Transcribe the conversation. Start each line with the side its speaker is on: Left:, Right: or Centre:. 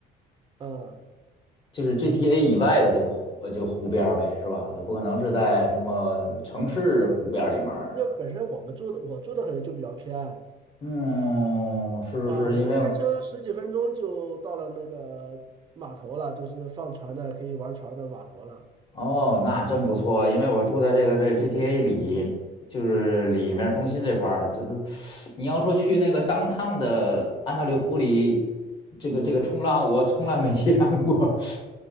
Right: 啊。
Left: 就是 GTA 以外的这个湖呃就湖边儿呗，是吧？那不可能是在什么城市湖边儿里面儿
Right: 因为本身我们住的我住的可能就比较偏
Left: 嗯，是是是，
Right: 啊，我们开车十几分钟就到了那个码头了，
Left: 因为
Right: 就是放船的可以玩船的码头了，
Left: 哦，那真不错，因为我住在这个这 GTA 里，就是里面中心这块儿，这都 <sucks teeth> 你要说去那个 downtown 的安大略湖里，这个这个冲浪我从来没 <laughs> 见过。<laughs>